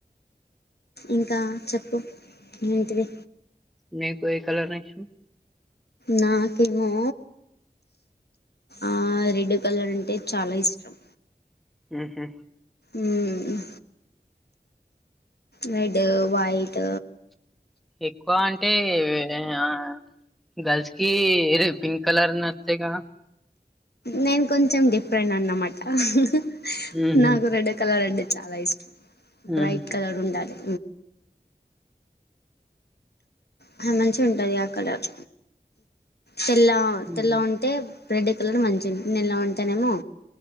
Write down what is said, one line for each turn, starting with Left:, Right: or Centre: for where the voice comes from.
Left: ఇంకా చెప్పు ఏంటిది.
Centre: మీకు ఏ కలర్ ఇష్టం
Left: నాకేమో ఆ రెడ్ కలర్ అంటే చాలా ఇష్టం.
Centre: హుహు
Left: ఉమ్ రెడ్ వైట్
Centre: ఎక్కువ అంటే అ గర్ల్సకి ఇదే పింక్ కలర్ నచ్చుతాది. కదా
Left: నేను కొంచెం డిఫరెంట్ అన్నమాట హాహా
Centre: ఊహూ
Left: నాకు రెడ్ కలర్ అంటే చాలా ఇష్టం బ్రైట్
Centre: ఊహూ
Left: కలర్ ఉండాలి. అది మంచిగా ఉంటది ఆ కలర్ తెల్ల
Centre: ఊహూ
Left: తెల్ల ఉంటే. రెడ్ కలర్ మంచిది నల్ల ఉంటానేమో